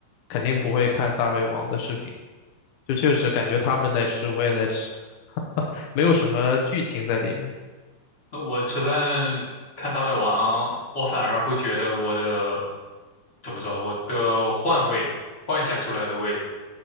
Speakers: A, on the left; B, on the left.
A: 肯定不会看大胃王的视频。就确实感觉他们在吃，我也在吃，<laughs> 没有什么剧情在里面。
B: 那我吃饭看大胃王，我反而会觉得我的怎么说，我的幻味幻想出来的味。